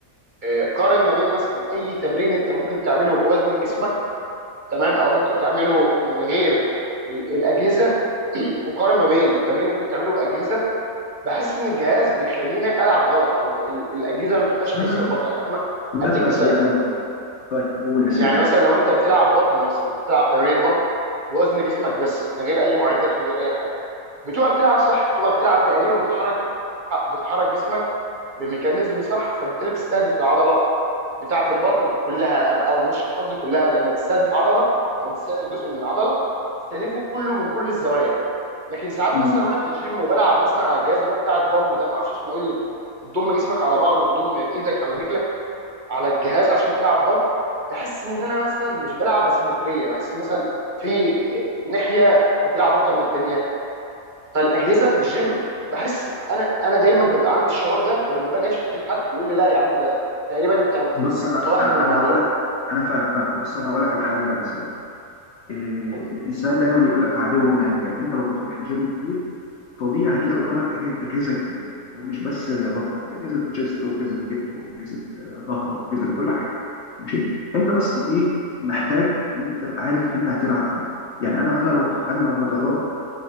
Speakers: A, on the right; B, on the left.
A: آه، قارن ما بين مثلا اي تمرين انت ممكن تعمله بوزن جسمك تمام او ممكن تعمله من غير ال- الاجهزه <clears throat> وقارن ما بين تمرين ممكن تعمله باجهزه بحس ان الجهاز بيخليني العب غلط او ال- الاجهزه ما بتبقاش
B: لا
A: متظبطه
B: لا لا
A: يعني ما
B: لا
A: هديك
B: لا لا
A: مثال
B: صريخ لا لا لا طيب قول يا سيدي
A: يعني مثلا لو انت بتلعب بطن مثلا انت بتلعب تمرينة بطن بوزن جسمك بس من غير اي معدات ومن غير اي حاجه بتبقى بتلعب صح بتبقى بتلعب تقريبا بتحرك بتحرك جسمك بميكانيزم صح فبالتالي بتستهدف العضله بتاعه البطن كلها أم- او مش قصدي كلها لما بتستهدف عضله او بتستهدف جزء من العضله بتستهدفه كله من كل الزوايا لكن ساعات
B: امم
A: مثلا وانا في الجيم وبلعب مثلا على الجهاز اللي هو بتاع الضم ده ما اعرفش اسمه ايه اللي بتضم جسمك على بعضه وبتضم ايدك على رجلك على الجهاز عشان تلعب بط بحس ان انا مثلا مش بلعب بسيمتريه بحس مثلا في ناحيه بتلعب اكتر من التانيه فالاجهزه في الجيم بحس انا انا دايما ببقى عندي الشعور ده ولما باجي اشتكي لحد بيقول لي لا يا عم ده تقريبا انت
B: بص انا
A: متوهم
B: انا
A: الموضوع
B: هقول لك انا فاهم فاهم بص انا هقول لك على حاجه يا صديقي إيه
A: قلت له،
B: الانسان دايما يقول لك عدو مهجن انت لو بتروح الجيم كتير طبيعي هتلاقي قدامك أج- اجهزه كتير مش بس بطن هتلاقي اجهزه تشيست واجهزه كتف واجهزه آه، ظهر واجهزه كل حاجه ماشي انت بس ايه محتاج ان انت تبقى عارف انت هتلعب ايه يعني انا انا لو انا لو هدربك